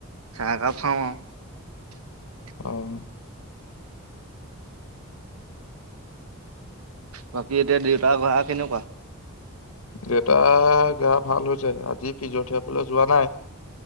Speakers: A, on the right; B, on the left.
A: চাহ একাহ খাওঁ আওঁ। <unintelligible>
B: অঁ
A: বাকী এতিয়া দেউতা ঘঁহা কেনেকুৱা
B: দেউতা গা ভাল হৈছে আজি ফিজিঅ থেৰাপি লৈ যোৱা নাই।